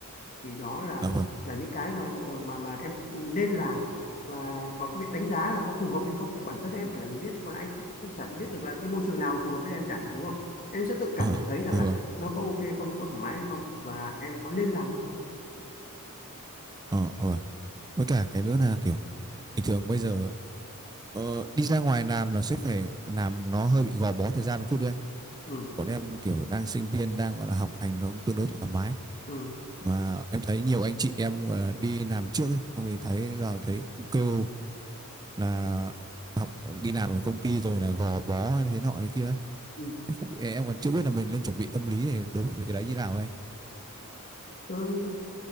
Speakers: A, on the left; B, on the right.
A: thì đó là
B: Dạ vâng.
A: là những cái mà ờ, mà mà em nên làm và còn cái việc đánh giá là có phù hợp hay không thì bản thân em phải là người biết còn anh cũng cũng chả biết được là cái môi trường nào là phù hợp với em cả đúng không em sẽ tự cảm
B: À,
A: nhận thấy rằng
B: dạ
A: là
B: vâng.
A: nó có ok không nó có thoải mái hay không và em có nên làm hay không
B: Ờ, ờ, vâng. Với cả cái nữa là kiểu bình thường bây giờ ờ, đi ra ngoài làm là sẽ phải làm nó hơi bị gò bó thời gian một chút đấy anh.
A: ừ
B: Còn em kiểu đang sinh viên đang gọi là học hành nó cũng tương đối thoải mái
A: ừ,
B: mà em thấy nhiều anh chị em đi làm trước ấy xong thì thấy là thấy cũng kêu là học đi làm ở công ty rồi là gò bó hay thế nọ thế kia ấy.
A: ừ.
B: Em không em còn chưa biết là mình nên chuẩn bị tâm lý để đối với cái đấy như nào ấy anh
A: ừ